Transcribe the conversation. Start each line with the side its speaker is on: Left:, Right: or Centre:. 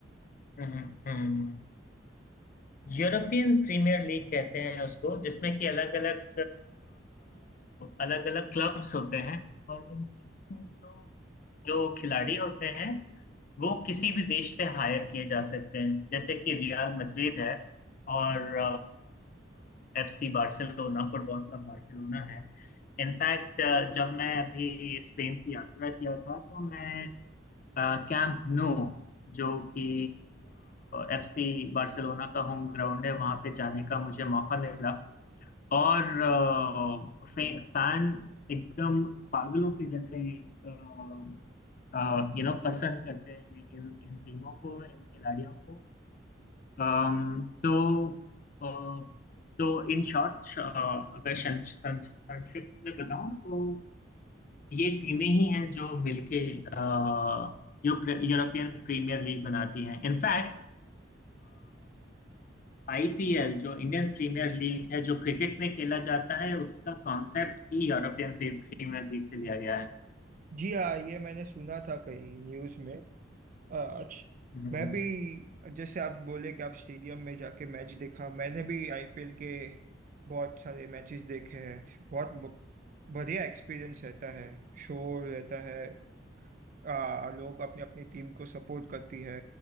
Left: हम्म हम्म हम्म। यूरोपियन प्रीमियर लीग कहते हैं उसको जिसमें कि अलग अलग अलग अलग क्लब्स होते हैं और इन क्लब्स में जो जो खिलाड़ी होते हैं वो किसी भी देश से हायर किए जा सकते हैं जैसे कि रियल मैड्रिड है और FC Barcelona football club Barcelona है इनफैक्ट जब मैं अभी स्पेन की यात्रा किया था तो मैं कैंप नो जो कि एफसी बार्सिलोना का होम ग्राउंड है वहां पे जाने का मुझे मौका मिला और आ, फे, फैन एकदम पागलों के जैसे यू नो पसंद करते हैं इन इन टीमों को इन खिलाड़ियों को अम, तो अ, तो इन शॉर्ट अगर संक्षिप्त में बताऊं तो ये टीमें ही हैं जो मिलके अ, जो प्र- यूरोपियन प्रीमियर लीग बनाती हैं इनफैक्ट आईपीएल जो इंडियन प्रीमियर लीग है जो क्रिकेट में खेला जाता है उसका कॉन्सेप्ट ही यूरोपियन प्री- प्रीमियर लीग से लिया गया है
Right: जी हाँ ये मैंने सुना था कहीं न्यूज़ में अच्छा
Left: हम्म।
Right: मैं भी जैसे आप बोले कि आप स्टेडियम में जाके मैच देखा मैंने भी आईपीएल के बहुत सारे मैचेस देखे हैं बहुत ब- बढ़िया एक्सपीरियंस रहता है शोर रहता है आ, लोग अपनी अपनी टीम को सपोर्ट करती है